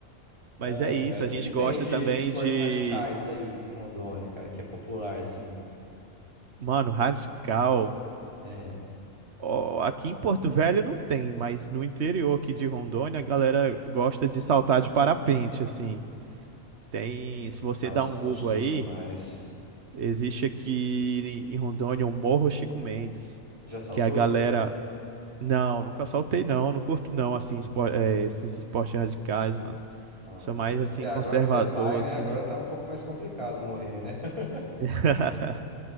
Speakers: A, on the right; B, on the right.
A: <laughs>
B: Mas
A: Ai,
B: é isso,
A: cara, o
B: a
A: que
B: gente
A: que tem
B: gosta
A: de,
B: também
A: de esportes
B: de,
A: radicais aí em Rondônia, cara, que é popular, assim?
B: mano, radical.
A: É,
B: Ó, aqui em Porto Velho não tem, mas no interior aqui de Rondônia a galera gosta de saltar de parapente, assim. Tem, se você
A: nossa,
B: dá um Google
A: gostoso
B: aí,
A: demais.
B: existe aqui em Rondônia o Morro Chico Mendes,
A: Já saltou?
B: que a galera, não, nunca saltei não, não curto não, assim, espo- eh, esses esportes radicais, mano.
A: Ah,
B: Sou
A: entendi.
B: mais, assim,
A: É, agora
B: conservador,
A: que você é pai, né?
B: assim.
A: Agora tá um pouco mais complicado morrer, né? <laughs>
B: <laughs>